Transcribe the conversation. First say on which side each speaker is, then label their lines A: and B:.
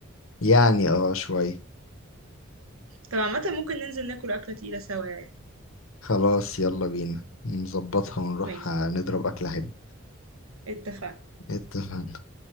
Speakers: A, on the left; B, on the right.
A: يعني اه شويه
B: طب عامة ممكن ننزل ناكل أكلة تقيلة سوا يعني
A: خلاص يلا بينا نظبطها ونروح
B: ماشي
A: آه، نضرب أكلة حلوة
B: اتفقنا
A: اتفقنا